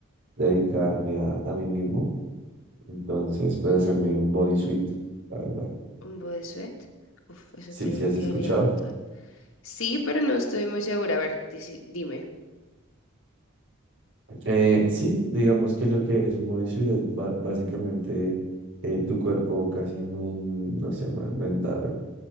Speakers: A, on the right; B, on the left.
A: dedicarme a, a mí mismo. Entonces, puede hacerme un bodysuit, la verdad.
B: un bodysuit. Uf, eso
A: Sí,
B: te-
A: sí has
B: quedaría
A: escuchado.
B: brutal. Sí, pero no estoy muy segura. A ver, dici- dime.
A: Eh, sí, digamos que lo que es un bodysuit es ba- básicamente eh, tu cuerpo casi en un, no sé, ma- aumentar